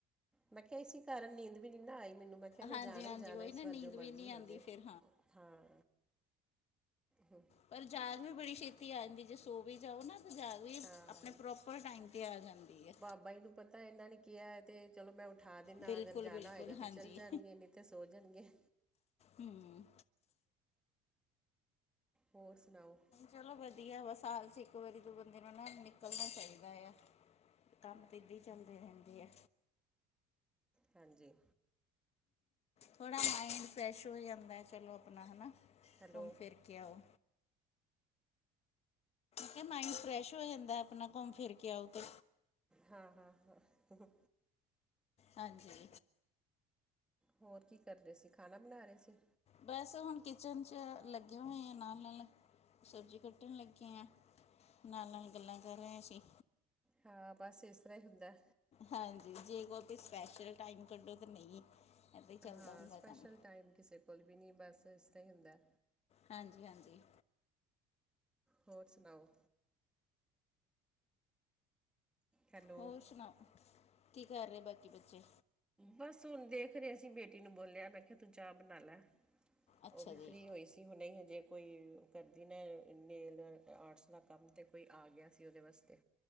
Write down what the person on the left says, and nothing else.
ਹਾਂਜੀ
ਹਾਂਜੀ
ਉਹੀ ਨਾ
ਨੀਂਦ
ਵੀ ਨਹੀਂ
ਆਉਂਦੀ
ਫਿਰ
ਪਰ ਜਾਗ ਵੀ ਬੜੀ ਛੇਤੀ ਆ ਜਾਂਦੀ ਜੇ ਸੋ ਵੀ ਜਾਓ ਨਾ ਜਾਗ
ਆਪਣੇ ਪ੍ਰੋਪਰ ਟਾਈਮ ਤੇ ਆ ਜਾਂਦੀ ਹੈ।
ਬਿਲਕੁਲ
ਬਿਲਕੁਲ
ਹਾਂਜੀ
ਹਮ
ਚਲੋ ਵਧੀਆ ਬਸ ਹਾਲ 'ਚ ਇੱਕ ਵਾਰੀ ਦੋ ਬੰਦੇ ਨੂੰ ਨਾ ਨਿਕਲਣਾ ਚਾਹੀਦਾ ਆ ਕੰਮ ਤੇ ਇਦਾ ਇ ਚੱਲਦੇ ਰਹਿੰਦੇ ਏ
ਥੋੜ੍ਹਾ ਮਾਈੰਡ ਫਰੈਸ਼ ਹੋ ਜਾਂਦਾ ਚਲੋ ਆਪਣਾ ਹੈਨਾ
ਘੁੰਮ ਫਿਰ ਕੇ ਆਓ ਕੇ ਮਾਇੰਡ ਫਰੈਸ਼ ਹੋ ਜਾਂਦਾ ਆਪਣਾ ਘੁੰਮ ਫਿਰ ਕੇ ਆਓ ਤੇ
ਹਾਂਜੀ
ਬਸ ਹੁਣ ਕਿਚਨ 'ਚ ਲੱਗੇ ਹੋਏ ਆ ਨਾਲ ਨਾਲ ਸਬਜ਼ੀ ਕੱਟ ਕੱਟਣ ਲੱਗੇ ਆ ਨਾਲ ਨਾਲ ਗੱਲਾਂ ਕਰ ਰਹੇ ਸੀ।
ਹਾਂਜੀ ਜੇ ਕੋਈ ਸਪੈਸ਼ਲ ਟਾਈਮ ਕੱਢੋ ਤਾਂ ਨਹੀਂ ਏਦਾਂ ਹੀ ਚੱਲਦਾ
ਹੁੰਦਾ
ਕੰਮ
ਹਾਂਜੀ ਹਾਂਜੀ
ਹੋਰ ਸੁਣਾਓ ਕੀ ਕਰ ਰਹੇ ਬਾਕੀ ਬੱਚੇ
ਅੱਛਾ
ਜੀ